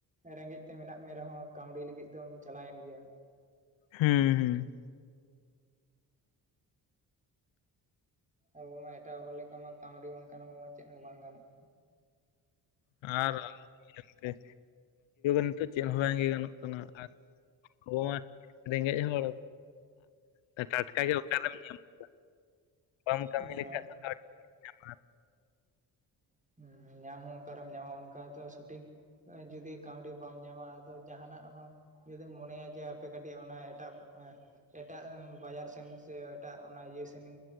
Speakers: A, on the right; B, on the left.
A: ᱨᱮᱸᱜᱮᱡ ᱛᱮ ᱢᱮᱱᱟᱜ ᱢᱮ ᱨᱮᱦᱚᱸ ᱠᱟᱹᱣᱰᱤ ᱞᱟᱹᱜᱤᱫ ᱫᱚᱢ ᱪᱟᱞᱟᱣᱮᱱ ᱜᱮᱭᱟ
B: ᱦᱮᱸ ᱦᱮᱸ
A: ᱟᱵᱚᱢᱟ ᱮᱴᱟᱜ ᱦᱚᱲ ᱞᱮᱠᱟᱢᱟ ᱠᱟᱹᱣᱰᱤ ᱵᱟᱝᱠᱷᱟᱱ ᱢᱟ ᱪᱮᱫ ᱦᱚᱸ ᱵᱟᱝ ᱜᱟᱱᱚᱜ
B: ᱟᱨ <unintelligible> ᱱᱤᱛᱚᱜ ᱪᱮᱫ ᱦᱚᱸ ᱵᱟᱝ ᱜᱮᱭ ᱜᱟᱱᱚᱜᱼᱟ ᱾ ᱟᱨ ᱟᱵᱚ ᱢᱟ ᱨᱮᱸᱜᱮᱡ ᱦᱚᱲ ᱴᱟᱴ ᱚᱱᱠᱟᱜᱮ ᱚᱠᱟᱨᱮᱢ ᱧᱟᱢ ᱠᱚᱣᱟ ᱵᱟᱢ ᱠᱟᱹᱢᱤ
A: ᱦᱮᱸ
B: ᱞᱮᱠᱟᱡ ᱫᱚ ᱧᱟᱢᱟ
A: <unintelligible> ᱧᱟᱢ ᱦᱚ ᱚᱠᱟᱨᱮᱢ ᱧᱟᱢᱟ <unintelligible> <unintelligible> ᱥᱩᱴᱷᱤᱠ ᱡᱩᱫᱤ ᱠᱟᱹᱣᱰᱤ ᱵᱟᱢ ᱧᱟᱢᱟ ᱟᱫᱚ ᱡᱟᱦᱟᱱᱟᱜ ᱦᱚᱸ ᱡᱩᱫᱤᱢ ᱢᱚᱱᱮᱭᱟ ᱡᱮ ᱦᱟᱯᱮ ᱠᱟᱹᱴᱤᱡ ᱚᱱᱟ ᱮᱴᱟᱜ ᱮᱴᱟᱜ ᱵᱟᱡᱟᱨ ᱥᱮᱱ ᱥᱮ ᱮᱴᱟᱜ ᱚᱱᱟ ᱤᱭᱟᱹ ᱥᱮᱱᱤ